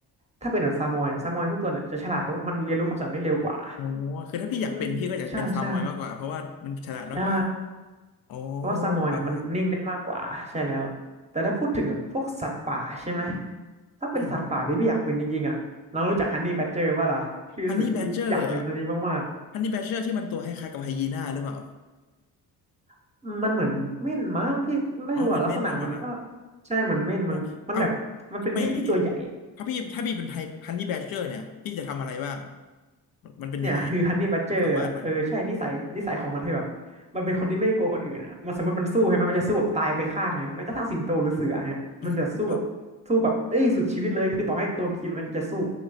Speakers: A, on the right (about 15°); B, on the left (about 65°).
A: ถ้าเป็นแบบซามอยอะซามอยทุกตัวเนี่ยจะฉลาดเพราะมันเรียนรู้คำสั่งได้เร็วกว่า
B: อ๋อคือถ้าพี่อยากเป็นพี่ก็อยากเป็นซามอยมากกว่าเพราะว่ามันฉลาดมากกว่า
A: อืมใช่ใช่ใช่
B: อ๋อ
A: เพราะว่าซามอยเนี่ยมันนิ่งได้มากกว่าใช่แล้วแต่ถ้าพูดถึงแบบพวกสัตว์ป่าใช่ไหม
B: ครับครับ
A: ถ้าเป็นสัตว์ป่าที่พี่อยากเป็นจริงๆอ่ะเรารู้จักฮันนี่แบดเจอร์ป่ะล่ะพี่รู้สึกพี่อยากเป็นตัวนี้มาก
B: อ่าฮันนี่แบดเจอร์ฮันนี่แบดเจอร์ที่มันตัวคล้ายๆกับไฮยีน่าหรือเปล่า
A: ๆมันเหมือนเม่นมั้งพี่ไม่รู้อ่ะลักษณะมันก็
B: อ๋อเหมือนเม่นมากกว่าละ
A: ใช่เหมือนเม่นมันมันแบบมันเป็นเม่นที่ตัวใหญ่
B: อ๋อเอ้าทำไมถ้าพี่ถ้าพี่เป็นไทฮันนี่แบชเชอร์เนี่ยพี่จะทำอะไรบ้างมันมันเป็นยังไง
A: เนี่ย <laughs> คือฮันนี่บัดเจอร์เออใช่นิสัยนิสัยของมันคือแบบ
B: ความสามารถมัน
A: มันเป็นคนที่ไม่กลัวคนอื่นอ่ะมันสมมติมันสู้ใช่ไหมมันจะสู้แบบตายไปข้างเลยแม้กระทั่งสิงโตหรือเสือเงี้ยมันจะสู้กับสู้แบบเอ้ยสุดชีวิตเลยคือต่อให้โดนกินมันก็จะสู้
B: อืมครับ